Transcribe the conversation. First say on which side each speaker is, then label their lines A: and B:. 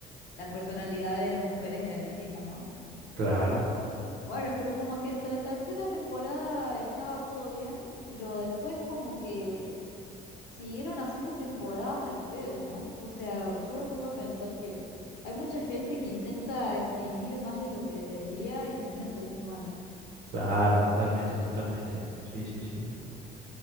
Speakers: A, on the left (about 85°); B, on the right (about 80°).
A: las personalidades de las mujeres eran distintas, ¿no?
B: claro,
A: Bueno, pero como que hasta la tercera temporada estaba todo bien, pero después como que siguieron haciendo temporadas al pedo, ¿no? O sea, yo me pongo a pensar que hay mucha gente que intenta exprimir más de lo que debería y termina saliendo mal.
B: claro, totalmente, totalmente. Sí, sí, sí.